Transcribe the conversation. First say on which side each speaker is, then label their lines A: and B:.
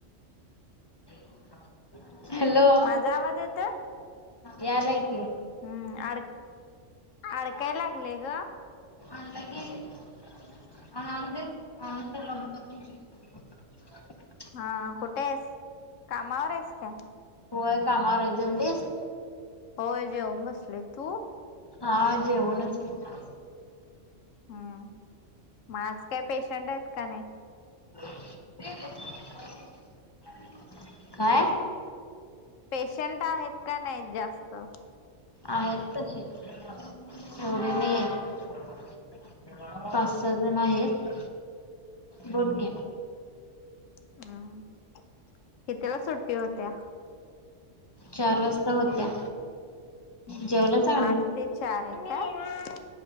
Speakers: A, on the left; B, on the left.
A: <inaudible> हॅलो
B: माझा आवाज येतोय.
A: यालाय की.
B: हम्म अड अडकाय लागलय ग
A: आणलं की <unintelligible> आनंतर लावत <unintelligible>
B: हा कुठं आहेस कामावर आहेस काय?
A: व्हय कामावर आहे जेवलीस.
B: होय जेवून बसलोय तू
A: हा जेवूनच बग.
B: हम्म म आज काय पेशंट आहेत काय नाही.
A: <inaudible> काय?
B: पेशंट आहेत का नाही जास्त.
A: आहेत तसे एवढे नाही आहेत. पाच सहा जण आहेत बोल की.
B: हम्म कितीला सुट्टी होत्या.
A: चार वाजता होत्या
B: हम्म
A: जेवलाच आम्ही.
B: आठ ते चार आहे काय?